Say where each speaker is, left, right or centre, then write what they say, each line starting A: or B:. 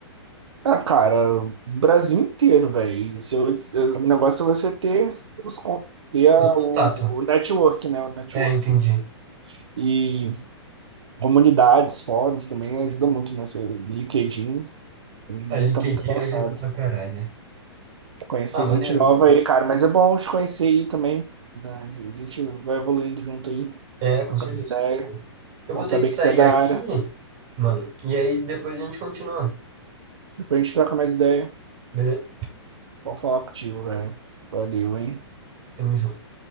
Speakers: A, on the right; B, on the right.
A: Ah, cara, o Brasil inteiro, velho. Seu- O negócio é você ter os con- ter a-
B: os contatos.
A: o, o network, né? O network.
B: É, entendi.
A: E comunidades, fóruns também ajuda muito, né? Você- LinkedIn, hoje
B: A
A: em dia
B: LinkedIn
A: tá muito avançado.
B: ajuda pra caralho, né?
A: Conhecer
B: Ah, maneiro,
A: gente nova
B: maneiro.
A: aí, cara, mas é bom te conhecer aí também. né? A gente vai evoluindo junto aí,
B: É,
A: trocando
B: com certeza.
A: ideia.
B: Eu
A: Bom
B: vou
A: saber
B: ter que sair
A: que você é da
B: aqui,
A: área.
B: mano. E aí depois a gente continua,
A: Depois a gente troca mais ideia.
B: beleza?
A: Bom falar contigo, velho. Valeu, hein?
B: Tamo junto.